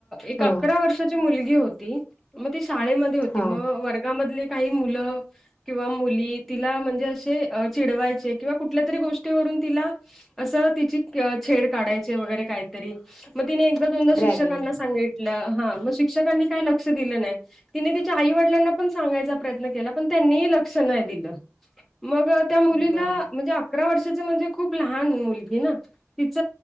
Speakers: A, in the centre; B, on the left.
A: एक
B: हो
A: अकरा वर्षाची मुलगी होती मग तेी शाळेमध्ये होती
B: हा
A: मग वर्गामधले काही मुलं किंवा मुली तिला म्हणजे असे चिडवायचे किंवा कुठल्या तरी गोष्टीवरून तिला असं तिची छेड काढायचे वगैरे काहीतरी मग तिने एकदा दोनदा
B: रॅगिंग
A: शिक्षकांना सांगितलं हा मग शिक्षकांनी काय लक्ष दिलं नाही तिने आई वडलांना पण सांगायचा प्रयत्न केला पण त्यांनीही लक्ष नाही दिलं. मग त्या मुलीला
B: बरोबर
A: म्हणजे अकरा वर्षाच म्हणजे खूप लहान मुलगी ना तिच.